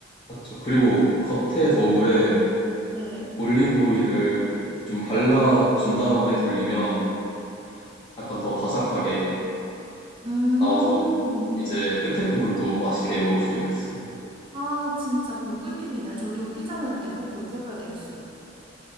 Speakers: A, on the left (about 25°); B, on the right (about 25°).
A: 맞죠. 그리고 겉에 도우에
B: 네.
A: 올리브 오일을 좀 발라준 다음에 돌리면 약간 더 바삭하게
B: 음.
A: 나와서 이제 끝에 부분도 맛있게 먹을 수 있어요.
B: 아, 진짜 그거 꿀팁이네요. 저도 피자 만들 때 꼭 그렇게 해봐야 되겠어요.